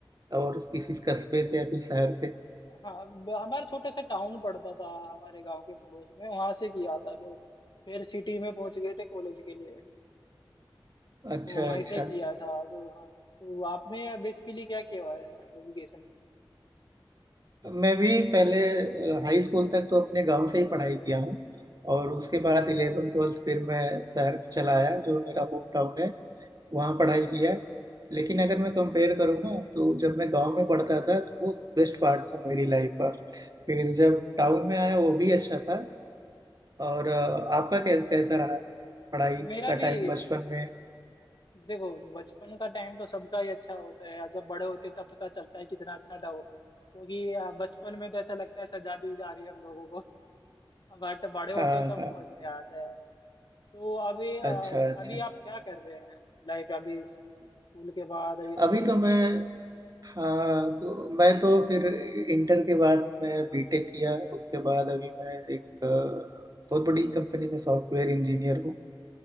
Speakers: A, on the right; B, on the left.
A: और किसी कस्बे से या फिर शहर से
B: हाँ ब- हमारा छोटा सा टाउन पड़ता था हमारे गांव के पड़ोस में वहां से किया था फिर फिर सिटी में पहुंच गए थे कॉलेज के लिए
A: अच्छा
B: तो वहीं
A: अच्छा
B: से किया था तो हाँ तो आपने बेसिकली क्या किया है एजुकेशन में
A: मैं भी पहले हाई स्कूल तक तो अपने गांव से ही पढ़ाई किया हूँ और उसके बाद इलेवन ट्वेल्थ फिर मैं शहर में चला आया जो मेरा होम टाउन है वहाँ पढ़ाई
B: हम्म,
A: किया है लेकिन अगर मैं कंपेयर करूँ ना तो जब मैं गांव में पढ़ता था तो वो बेस्ट पार्ट था मेरी लाइफ का फिर जब टाउन में आया वो भी अच्छा था और अ, आपका कै- कैसा रहा पढ़ाई का
B: मेरा
A: टाइम
B: भी
A: बचपन में
B: देखो बचपन का टाइम तो सबका ही अच्छा होता है जब बड़े होते तब पता चलता है कितना अच्छा था वो क्योंकि अ, बचपन में तो ऐसा लगता है सजा दी जा रही है हम लोगों को बट बड़े होते
A: हाँ
B: हैं तब
A: हाँ
B: समझ में आता है तो अभी अ,
A: अच्छा अच्छा
B: अभी आप क्या कर रहे हैं लाइक अभी स्कूल के बाद ये सब
A: अभी
B: एजुकेशन
A: तो मैं हाँ तो मैं तो फिर इंटर के बाद मैं बीटेक किया उसके बाद अभी मैं एक अ, बहुत बड़ी कंपनी में सॉफ्टवेयर इंजीनियर हूँ